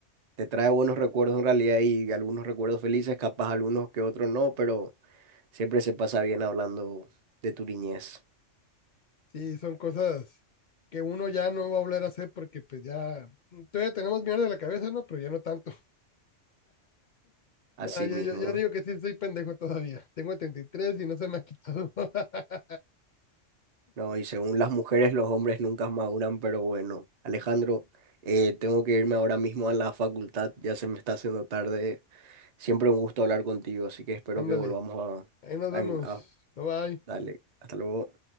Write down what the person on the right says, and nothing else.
te trae buenos recuerdos en realidad y algunos recuerdos felices, capaz algunos que otros no, pero siempre se pasa bien hablando de tu niñez,
así
mismo.
No, y según las mujeres, los hombres nunca maduran, pero bueno, Alejandro, eh, tengo que irme ahora mismo a la facultad, ya se me está haciendo tarde. Siempre un gusto hablar contigo, así que espero
que volvamos
a... a, a-
dale, hasta luego.